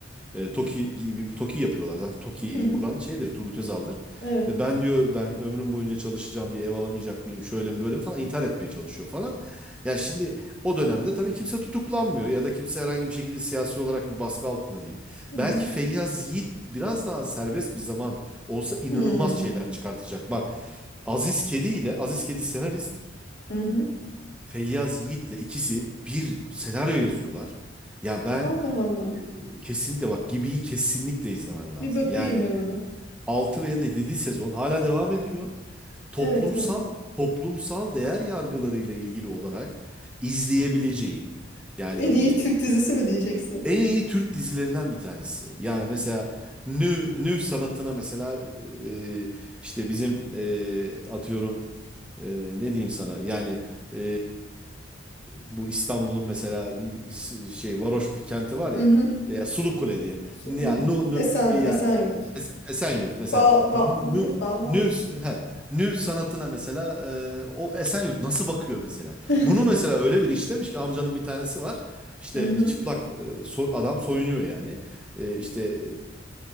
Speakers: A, in the centre; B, on the left.
A: E, Toki gibi bir yapıyorlar. Zaten Toki'yi
B: Hı hı.
A: kuran şeydir Turgut Özal'dır.
B: Evet.
A: E, ben diyor ben ömrüm boyunca çalışacağım bir ev alamayacak mıyım şöyle mi böyle mi falan intihar etmeye çalışıyor falan. Yani şimdi o dönemde tabii kimse tutuklanmıyor ya da kimse herhangi bir şekilde siyasi olarak bir baskı altında değil.
B: Hı
A: Belki
B: hı.
A: Feyyaz Yiğit biraz daha serbest bir zaman olsa inanılmaz
B: Hı
A: şeyler çıkartacak. Bak Aziz Kedi ile Aziz Kedi senarist
B: hı. hı.
A: Feyyaz Yiğit'le ikisi bir senaryo yazıyorlar. Ya ben
B: Allah Allah.
A: Kesinlikle bak Gibi'yi kesinlikle izlemen lazım.
B: Bir bakayım
A: Yani
B: ben onu.
A: 6 veya da 7. sezon hala devam ediyor. Toplumsal
B: Evet evet.
A: toplumsal değer yargılarıyla ilgili olarak izleyebileceğin yani
B: En
A: e,
B: iyi Türk dizisi mi diyeceksin?
A: en iyi Türk dizilerinden bir tanesi. Yani mesela nü, nü sanatına mesela e, işte bizim e, atıyorum e, ne diyeyim sana yani e, bu İstanbul'un mesela bir s- şey varoş bir kenti var ya
B: Hı hı.
A: e, Sulukule diyelim.
B: Şu-
A: Yani
B: hı hı.
A: nu, nu,
B: Esen,
A: ya
B: Esenyurt.
A: Es- Esenyurt mesela
B: Ba, ba,
A: nü,
B: ne? Bağlar.
A: nüv, he, nüv sanatına mesela e, o Esenyurt nasıl bakıyor mesela?
B: <laughs>
A: Bunu mesela öyle bir işlemiş ki amcanın bir tanesi var. İşte
B: Hı hı.
A: e, çıplak e, so- adam soyunuyor yani. E, işte e,